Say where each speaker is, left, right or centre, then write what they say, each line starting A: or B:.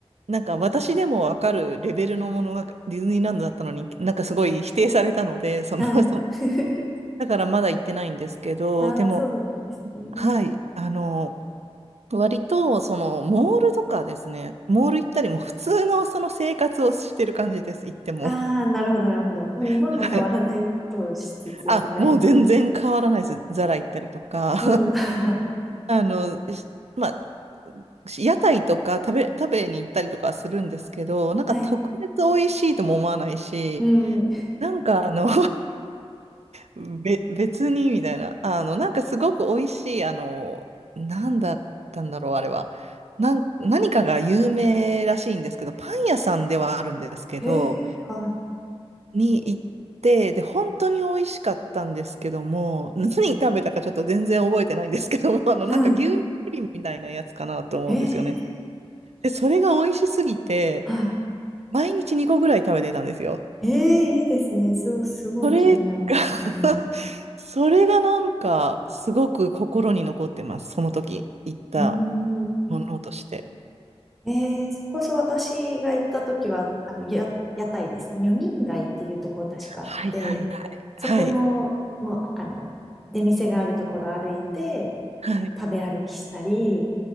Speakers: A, on the right (about 80°); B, in the centre.
A: なんか私でもわかるレベルのものがディズニーランドだったのに、なんかすごい否定されたので、その、
B: はい。
A: <laughs> そう、
B: <laughs>
A: だからまだ行ってないんですけど、
B: ああ、
A: でも、
B: そうだったんですね。
A: はい、あの、割と、その、モールとかですね、モール行ったりも普通のその生活をしてる感じです、行っても。
B: ああ、なるほど、なるほど。もう日本と変わらないことをしつつみたいな。
A: <laughs> はい。あ、もう全然変わらないです。ザラ行ったりとか、
B: うん。<laughs> は
A: あの、しまあ、屋台とか食べ、食べに行ったりとかはするんですけど、なんか特別美味しいとも思わないし、
B: い。うん。
A: なんかあの <laughs> べ、別にみたいな、あの、なんかすごく美味しい、あの、なんだったんだろう、あれは。なん、何かが有名らしいんですけど、パン屋さんではあるんですけど、
B: へえ、はい。
A: に行って、で、本当に美味しかったんですけども、何食べたかちょっと全然覚えてないんですけども、あの、
B: はい。
A: なんか牛乳プリンみたいなやつかなと思うんですよね。
B: へえ、
A: で、それが美味しすぎて、
B: はい。
A: 毎日2個ぐらい食べてたんですよ。
B: ええ、いいですね。すごい、すごい気になりますね。
A: それが <laughs> それがなんか、すごく心に残ってます。その時、行った
B: うーん。
A: ものとして。
B: えー、それこそ私が行った時は、あの、や、屋台ですね。女人街っていうところ確かあって、
A: はいはいはい。
B: そこの、
A: はい。
B: もう、あの、出店があるところ歩いて、
A: はい。
B: 食べ歩きしたり、